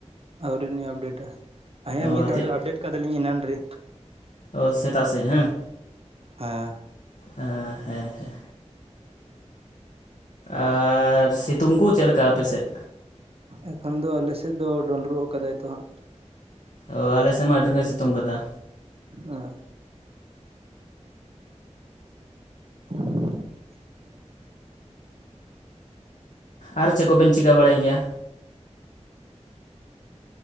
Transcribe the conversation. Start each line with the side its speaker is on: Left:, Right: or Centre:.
Right: ᱟᱹᱣ ᱞᱤᱧ ᱟᱯᱰᱮᱴᱟ, ᱦᱮᱸ
Left: ᱚ
Right: ᱢᱤᱫ ᱫᱷᱟᱣ
Left: ᱛᱮᱫ
Right: ᱫᱚ ᱟᱯᱰᱮᱴ ᱠᱟᱫᱟ ᱞᱤᱧ ᱮᱱᱟᱱ ᱨᱮ᱾
Left: ᱚ ᱥᱮᱛᱟᱜ ᱥᱮ ᱦᱮᱸ ᱟᱝ?
Right: ᱦᱮᱸ᱾
Left: ᱟᱸ ᱦᱮᱸ ᱦᱮᱸ᱾
Right: <inaudible>
Left: ᱟᱨ ᱥᱤᱛᱩᱝ ᱠᱩ ᱪᱮᱫ ᱞᱮᱠᱟ ᱟᱯᱮ ᱥᱮᱫ?
Right: ᱮᱠᱷᱚᱱ ᱫᱚ ᱟᱞᱮ ᱥᱮᱫ ᱫᱚ ᱰᱩᱱᱰᱩᱨᱩᱜ ᱠᱟᱫᱟᱭ ᱛᱚ ᱦᱟᱸᱜ᱾
Left: ᱚ ᱟᱞᱮ ᱥᱮᱫ ᱢᱟ ᱟᱹᱰᱤ ᱜᱮ ᱥᱤᱛᱩᱝ ᱠᱟᱫᱟ᱾
Right: ᱚ᱾ <inaudible> <unintelligible>
Left: ᱟᱨ ᱪᱮᱫ ᱠᱚᱵᱮᱱ ᱪᱤᱠᱟᱹ ᱵᱟᱲᱟᱭ ᱜᱮᱭᱟ?